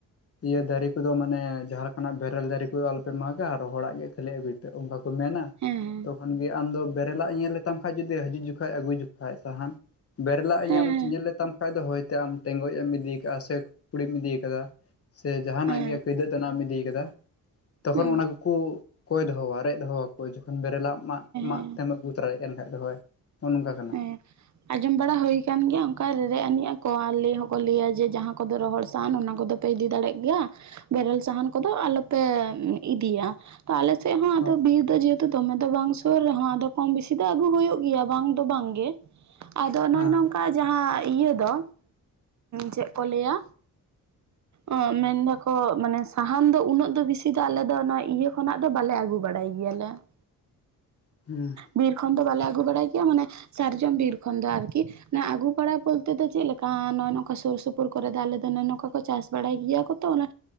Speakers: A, on the left; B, on the right.
A: ᱤᱭᱟᱹ ᱫᱟᱨᱮ ᱠᱚᱫᱚ ᱢᱟᱱᱮ ᱡᱟᱦᱟᱸ ᱞᱮᱠᱟᱱᱟᱜ ᱵᱮᱨᱮᱞ ᱫᱟᱨᱮ ᱠᱚ ᱟᱞᱚᱯᱮ ᱢᱟᱜᱟ ᱨᱚᱦᱚᱲᱟᱜ ᱜᱮ ᱠᱷᱟᱹᱞᱤ ᱟᱹᱜᱩᱭ ᱯᱮ ᱚᱱᱠᱟ ᱠᱚ ᱢᱮᱱᱟ
B: ᱦᱮᱸ
A: ᱛᱚᱠᱷᱚᱱ ᱜᱮ ᱟᱢ ᱫᱚ ᱵᱮᱨᱮᱞᱟᱜ ᱮ ᱧᱮᱞ ᱞᱮᱛᱟᱢ ᱠᱷᱟᱡ ᱡᱩᱫᱤ ᱦᱟᱹᱡᱩᱜ ᱡᱚᱠᱷᱟᱡ ᱟᱹᱜᱩ ᱡᱚᱠᱷᱟᱡ ᱥᱟᱦᱟᱱ ᱵᱮᱨᱮᱞᱟᱜ ᱮ
B: ᱦᱮᱸ ᱦᱮᱸ
A: ᱧᱟᱢ ᱧᱮᱞ ᱞᱮᱛᱟᱢ ᱠᱷᱟᱡ ᱫᱚ ᱦᱚᱭ ᱛᱮ ᱟᱢ ᱴᱮᱸᱜᱚᱡ ᱮᱢ ᱤᱫᱤᱠᱟᱜᱼᱟ ᱥᱮ ᱠᱩᱲᱤᱢ ᱤᱫᱤ ᱠᱟᱫᱟ ᱥᱮ ᱡᱟᱦᱟᱸᱱᱟᱜ
B: ᱦᱮᱸ
A: ᱜᱮ
B: ᱦᱮᱸ
A: ᱠᱟᱹᱭᱫᱟᱹ ᱛᱟᱱᱟᱜ ᱮᱢ ᱤᱫᱤ ᱠᱟᱫᱟ ᱛᱚᱠᱷᱚᱱ
B: ᱦᱮᱸ
A: ᱚᱱᱟ ᱠᱚᱠᱚ ᱠᱚᱭ ᱫᱚᱦᱚᱣᱟ ᱨᱮᱡ ᱫᱚᱦᱚᱣᱟ ᱠᱚ ᱡᱚᱠᱷᱚᱱ ᱵᱮᱨᱮᱞᱟᱜ ᱢᱟᱜ ᱢᱟᱜ
B: ᱦᱮᱸ
A: ᱛᱮᱢ ᱟᱹᱜᱩ ᱛᱚᱨᱟᱭ ᱛᱮᱦᱮᱱ ᱠᱷᱟᱡ ᱫᱚ ᱦᱳᱭ ᱱᱚᱜ-ᱚ ᱱᱚᱝᱠᱟ ᱠᱟᱱᱟ᱾
B: ᱦᱮᱸ ᱟᱸᱡᱚᱢ ᱵᱟᱲᱟ ᱦᱩᱭ ᱠᱟᱱ ᱜᱮᱭᱟ ᱚᱱᱠᱟ ᱨᱮ-ᱨᱮᱡ ᱟᱱᱤᱡ ᱟᱠᱚ ᱟᱨ ᱞᱟᱹᱭ ᱦᱚᱸᱠᱚ ᱞᱟᱹᱭᱟ ᱡᱮ ᱡᱟᱦᱟᱸ ᱠᱚᱫᱚ ᱨᱚᱦᱚᱲ ᱥᱟᱱ ᱚᱱᱟ ᱠᱚᱫᱚ ᱯᱮ ᱤᱫᱤ ᱫᱟᱲᱮᱜ ᱜᱮᱭᱟ ᱵᱮᱨᱮᱞ ᱥᱟᱦᱟᱱ ᱠᱚᱫᱚ ᱟᱞᱚ ᱯᱮ ᱤᱫᱤᱭᱟ᱾ ᱛᱚ ᱟᱞᱮ ᱥᱮᱜ ᱦᱚᱸ ᱟᱫᱚ
A: ᱦᱳᱭ
B: ᱵᱤᱨ ᱫᱚ ᱡᱮ ᱫᱚᱢᱮ ᱫᱚ ᱵᱟᱝ ᱥᱩᱨ ᱨᱮᱦᱚᱸ ᱟᱫᱚ ᱠᱚᱢ ᱵᱤᱥᱤ ᱫᱚ ᱟᱹᱜᱩ ᱦᱩᱭᱩᱜ ᱜᱮᱭᱟ ᱵᱟᱝ ᱫᱚ ᱵᱟᱝ ᱜᱮ ᱾ ᱟᱫᱚ ᱱᱚᱜ-ᱚᱭ
A: ᱦᱮᱸ
B: ᱱᱚᱝᱠᱟ ᱡᱟᱦᱟᱸ ᱤᱭᱟᱹ ᱫᱚ, ᱪᱮᱜ ᱠᱚ ᱞᱟᱹᱭᱟ? ᱟᱸ ᱢᱮᱱ ᱫᱟᱠᱚ ᱢᱟᱱᱮ ᱥᱟᱦᱟᱱ ᱫᱚ ᱩᱱᱟᱹᱜ ᱫᱚ ᱵᱤᱥᱤ ᱫᱚ ᱟᱞᱮ ᱫᱚ ᱚᱱᱟ ᱤᱭᱟᱹ ᱠᱷᱚᱱᱟᱜ ᱫᱚ ᱵᱟᱞᱮ ᱟᱹᱜᱩ ᱵᱟᱲᱟᱭ ᱜᱮᱭᱟᱞᱮ ᱾
A: ᱦᱩᱸ ᱾
B: ᱵᱤᱨ ᱠᱷᱚᱱ ᱫᱚ ᱵᱟᱞᱮ ᱟᱹᱜᱩ ᱵᱟᱲᱟᱭ ᱜᱮᱭᱟ ᱢᱟᱱᱮ ᱥᱟᱨᱡᱚᱢ ᱵᱤᱨ ᱠᱷᱚᱱ ᱫᱚ ᱟᱨᱠᱤ ᱾ ᱢᱟᱱᱮ ᱟᱹᱜᱩ ᱵᱟᱲᱟ ᱵᱚᱞᱛᱮ ᱫᱚ ᱪᱮᱜ ᱞᱮᱠᱟ ᱱᱚᱜ-ᱚᱭ ᱱᱚᱝᱠᱟ ᱥᱩᱨ ᱥᱩᱯᱩᱨ ᱠᱚᱨᱮ ᱫᱚ ᱟᱞᱮ ᱫᱚ ᱱᱚᱭ ᱱᱚᱝᱠᱟ ᱠᱚ ᱪᱟᱥ ᱵᱟᱲᱟᱭ ᱜᱮᱭᱟ ᱠᱚᱛᱚ ᱚᱱᱟ